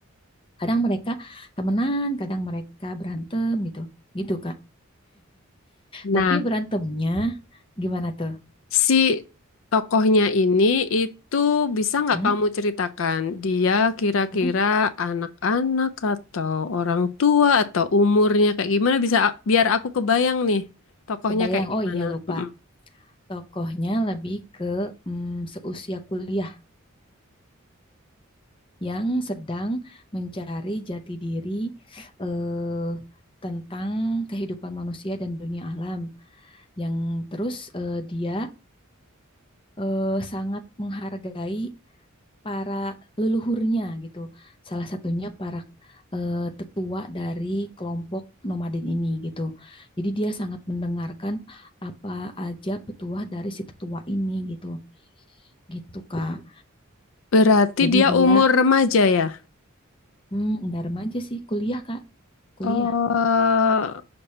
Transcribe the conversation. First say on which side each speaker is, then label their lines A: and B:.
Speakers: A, on the left (about 25°); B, on the left (about 65°).
A: Kadang mereka temenan, kadang mereka berantem gitu. Gitu, Kak.
B: Nah,
A: Tapi berantemnya gimana tuh?
B: Si tokohnya ini itu bisa nggak
A: Hmm?
B: kamu ceritakan dia kira-kira
A: Hmm?
B: anak-anak atau orang tua atau umurnya kayak gimana bisa a- biar aku kebayang nih tokohnya
A: Kebayang.
B: kayak gimana.
A: Oh iya, lupa.
B: Mm-mm.
A: Tokohnya lebih ke mm, seusia kuliah yang sedang mencari jati diri eh, tentang kehidupan manusia dan dunia alam. Yang terus eh, dia eh, sangat menghargai para leluhurnya gitu. Salah satunya para eh, tetua dari kelompok nomaden ini gitu. Jadi dia sangat mendengarkan apa aja petuah dari si tetua ini gitu. Gitu, Kak.
B: Berarti
A: Jadi
B: dia
A: dia
B: umur remaja ya?
A: hmm, nggak remaja sih, kuliah Kak, kuliah.
B: Oh,